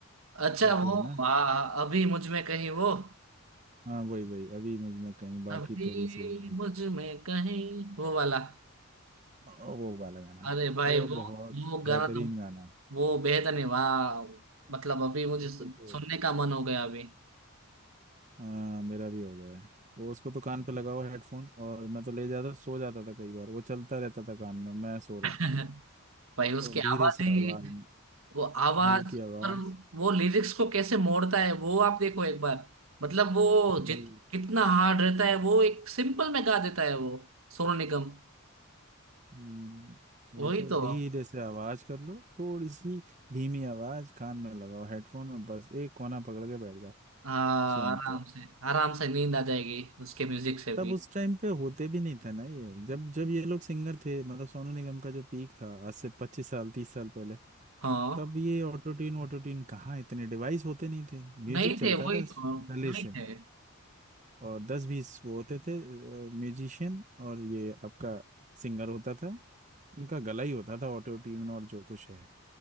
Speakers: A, on the right; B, on the right.
A: अच्छा
B: करके
A: वो
B: है ना
A: हाँ हाँ, अभी मुझ में कहीं वो
B: हाँ वही वही अभी मुझ में कहीं बाकी
A: अभी
B: थोड़ी सी जिंदगी
A: मुझ में कहीं वो वाला
B: ओ, वो वाला गाना
A: अरे भाई
B: वो
A: वो
B: बहुत
A: वो गाना
B: बेहतरीन
A: तो
B: गाना है
A: वो बेहद नहीं वाह मतलब अभी मुझे
B: उसको
A: सु-
B: तो
A: सुनने का मन हो गया अभी
B: हाँ मेरा भी हो गया है वो उसको तो कान पे लगाओ हेडफोन और मैं तो ले जाता सो जाता था कई बार वो चलता रहता था कान में मैं सो रहा
A: <laughs>
B: हूँ
A: भाई उसकी
B: और धीरे
A: आवाज
B: से
A: ही
B: आवाज
A: वो आवाज
B: हल्की आवाज
A: पर वो लिरिक्स को कैसे मोड़ता है वो आप देखो एक बार मतलब वो जित
B: हल
A: कितना हार्ड रहता है वो एक सिंपल में गा देता है वो सोनू निगम
B: हम्म,
A: वही
B: वही तो
A: तो
B: धीरे से आवाज कर लो थोड़ी सी धीमी आवाज कान में लगाओ हेडफोन और बस एक कोना पकड़ के बैठ जाओ
A: हाँ
B: सुनते
A: आराम
B: रहो।
A: से आराम से नींद आ जाएगी उसके म्यूजिक से
B: तब
A: भी
B: उस टाइम पे होते भी नहीं था ना ये जब जब ये लोग सिंगर थे मतलब सोनू निगम का जो पीक था आज से पच्चीस साल तीस साल पहले
A: हाँ
B: तब ये ऑटो ट्यून ऑटो ट्यून कहाँ इतने डिवाइस होते नहीं थे म्यूजिक
A: नहीं
B: चलता
A: थे वही
B: था
A: तो
B: गले
A: नहीं
B: से
A: थे
B: और दस बीस वो होते थे म्यूजिशियन और ये आपका सिंगर होता था उनका गला ही होता था ऑटो ट्यून और जो कुछ है